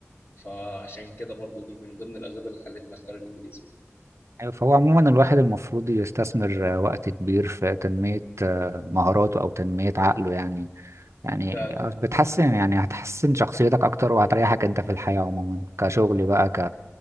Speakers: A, on the left; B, on the right.
A: فعشان كده برضو دي من ضمن الاسباب اللي خلتني اختار الانجليزي
B: آه، فهو عموما الواحد المفروض يستثمر آه، وقت كبير في تنمية آه، مهاراته أو تنمية عقله يعني يعني
A: فعلا
B: بتحسن يعني هتحسن شخصيتك اكتر وهتريحك انت في الحياة عموما كشغل بقى ك...